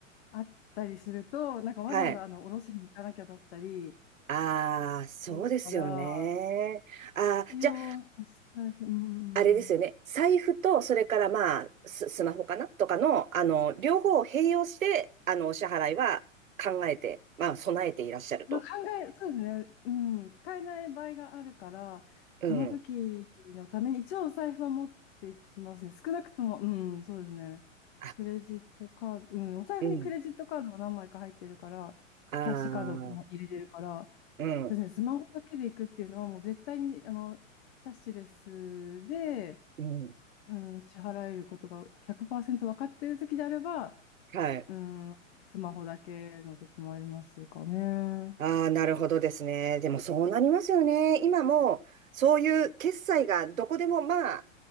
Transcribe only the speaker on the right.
はい。
ああ、
そうですよね。ああ、
じゃあ、
あれですよね。財布と、それからまあ、ス、スマホかなとかの、あの、両方を併用して、あの、お支払いは考えて、まあ、備えていらっしゃると。
うん。
あ、
うん。
ああ、うん。
うん。
はい。
ああ、なるほどですね。でもそうなりますよね。今も、そういう決済がどこでも、まあ、